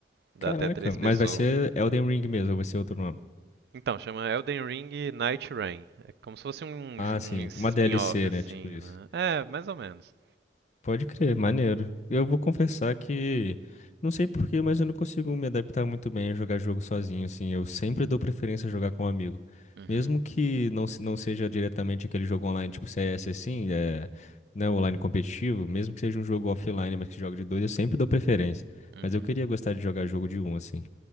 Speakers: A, on the right (about 60°); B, on the left (about 40°).
A: dá
B: caraca,
A: até três
B: mas
A: pessoas.
B: vai ser Elden Ring mesmo, ou vai ser outro nome.
A: Então, chama Elden Ring Night Rain. É como se fosse um,
B: Ah, sim,
A: um spin-off,
B: uma DLC,
A: assim,
B: né? Tipo isso.
A: né? É, mais ou menos.
B: Pode crer, maneiro. Eu vou confessar que não sei por quê, mas eu não consigo me adaptar muito bem a jogar jogo sozinho, assim. Eu sempre dou preferência a jogar com um amigo.
A: Uhum,
B: Mesmo que não, se- não seja diretamente aquele jogo online tipo CS assim, é, né, online competitivo, mesmo que seja um jogo offline, mas que joga de dois, eu sempre dou preferência.
A: uhum.
B: Mas eu queria gostar de jogar jogo de um, assim.